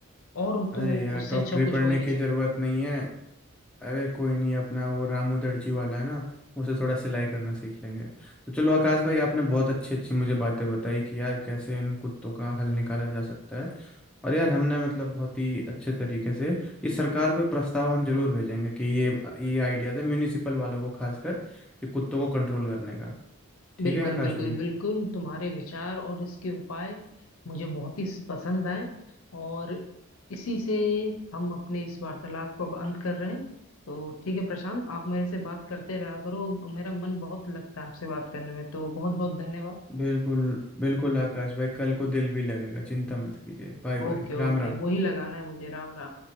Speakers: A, on the left (about 70°); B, in the centre.
A: और तो
B: अरे यार
A: उससे
B: डॉक्टरी
A: अच्छा कुछ
B: पढ़ने
A: हो ही नहीं
B: की
A: सकता
B: जरूरत नहीं है अरे कोई नहीं अपना वो रामू दर्जी वाला है ना उसे थोड़ा सिलाई करना सीख लेंगे तो चलो आकाश भाई आपने बहुत अच्छी अच्छी मुझे बातें बताई कि यार कैसे इन कुत्तों का हल निकाला जा सकता है और यार हमने मतलब बहुत ही अच्छे तरीके से इस सरकार को ये प्रस्ताव हम जरूर भेजेंगे कि ये ये आइडियाज है म्यूनिसिपल वालों को खासकर ये कुत्तों को कंट्रोल करने का ठीक
A: बिल्कुल
B: है आकाश
A: बिल्कुल
B: भाई
A: बिल्कुल तुम्हारे विचार और इसके उपाय मुझे बहुत ही पसंद आए और इसी से हम अपने इस वार्तालाप को अब अंत कर रहे हैं तो ठीक है प्रशांत आप मेरे से बात करते रहा करो मेरा मन बहुत लगता है आपसे बात करने में तो बहुत बहुत धन्यवाद
B: बिल्कुल बिल्कुल आकाश भाई कल को दिल भी लगेगा चिंता मत कीजिए Bye
A: ओके
B: bye
A: ओके
B: Ram Ram
A: वही लगाना है मुझे राम राम